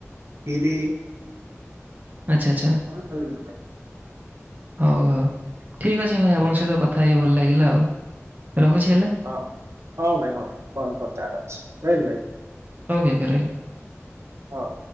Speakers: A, on the right; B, on the right.
A: ଖିରି।
B: ଆଚ୍ଛା ଆଚ୍ଛା।
A: ଅ ଉଁ ଭଲ ଲାଗ।
B: ହଉ ହଉ ଠିକ୍ ଅଛି ଭାଇ ଆପଣ ସହିତ କଥା ହେଇ ଭଲ ଲାଗିଲା ଆଉ। ରହୁଚି ହେଲା।
A: ଅଁ ହଁ ଭାଇ ହଁ ଭାଇ କଁ କରଚ ଆରମସେ ରହିଲି ଭାଇ।
B: ଉ ଏଗେରେ
A: ହଉ।